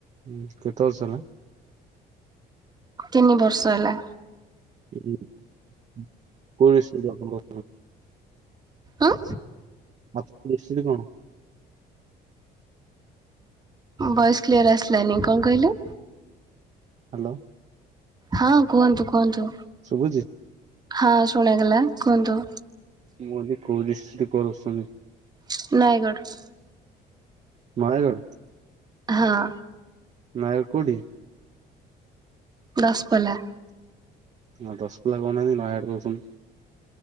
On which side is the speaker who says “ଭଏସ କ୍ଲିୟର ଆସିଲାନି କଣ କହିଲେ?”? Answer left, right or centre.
Right